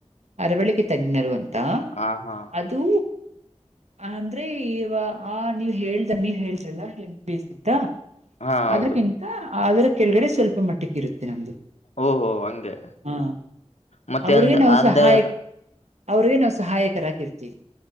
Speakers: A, on the right (about 85°); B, on the left (about 85°).
A: ಅರವಳಿಕೆ ತಜ್ಞರು ಅಂತಾ
B: ಹಾ ಹಾ..
A: ಅದು... ಅಂದ್ರೆ ಇವ ಆ ನೀವ್ ಹೇಳ್ದ ನೀವ್ ಹೇಳೇದ್ರಲ್ಲ ಬ್ಯುಸಿ. ಹೌದ
B: ಹಾ ಹೌದು
A: ಅದ್ರಕ್ಕಿಂತ ಅದ್ರ ಕೆಳಗಡೆ ಸ್ವಲ್ಪ ಮಟ್ಟಕ್ಕ ಇರುತ್ತೆ ನಮ್ದು.
B: ಓಹ ಒಹ್ ಹಂಗೆ.
A: ಹಾ
B: ಮತ್ತೆ
A: ಅವ್ರಿಗೆ
B: ಅಂದ
A: ನಾವು
B: ಅಂದ್ರೆ
A: ಸಹಾಯ <inaudible> ಅವ್ರಿಗೆ ನಾವು ಸಹಾಯಕರಾಗಿರ್ತೀವಿ.